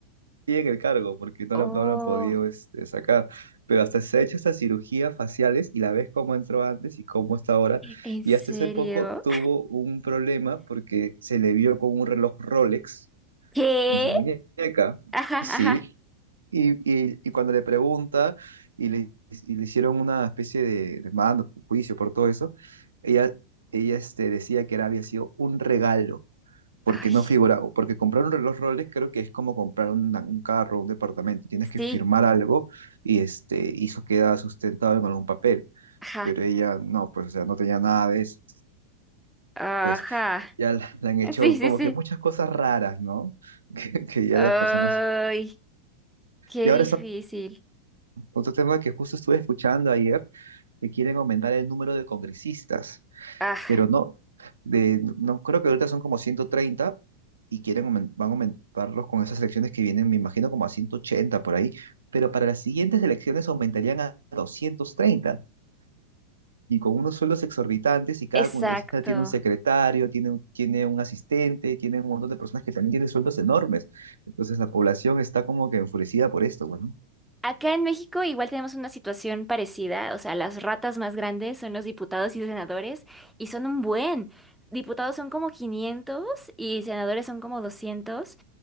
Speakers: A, on the right; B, in the centre.
A: Y en el cargo, porque no
B: Oh,
A: la, no la han podido este, sacar, pero hasta se ha hecho hasta cirugías faciales y la ves cómo entró antes y cómo está ahora.
B: ¿en
A: Y
B: serio?
A: hasta hace poco tuvo un problema porque se le vio con un reloj Rolex
B: ¿Qué?
A: en su muñeca.
B: Ajá,
A: Sí,
B: ajá.
A: Y, y, y cuando le pregunta y le, y le hicieron una especie de, de mando, juicio por todo eso, ella, ella este, decía que era, había sido un regalo, porque
B: Ay,
A: no figuraba, porque comprar un reloj Rolex creo que es como comprar una- un carro, un departamento, tienes que
B: sí.
A: firmar algo y, este, y eso queda sustentado en algún papel,
B: Ajá.
A: pero ella no, pues o sea, no tenía nada de eso.
B: Ajá.
A: Pues ya la, la han hecho
B: Sí, sí,
A: como
B: sí.
A: que muchas cosas raras, ¿no? <laughs> Que, que ya
B: Ay.
A: las personas...
B: Qué
A: Y ahora
B: difícil.
A: Otro tema que justo estuve escuchando ayer, que quieren aumentar el número de congresistas,
B: Ah,
A: pero no, de, no creo que ahorita son como 130 y quieren aumen- van a aumentarlos con esas elecciones que vienen, me imagino como a 180 por ahí, pero para las siguientes elecciones aumentarían a 230 y con unos sueldos exorbitantes y cada
B: exacto.
A: congresista tiene un secretario, tiene, un- tiene un asistente, tiene un montón de personas que también tienen sueldos enormes. Entonces la población está como que enfurecida por esto, bueno.
B: Acá en México igual tenemos una situación parecida, o sea, las ratas más grandes son los diputados y senadores y son un buen. Diputados son como 500 y senadores son como 200.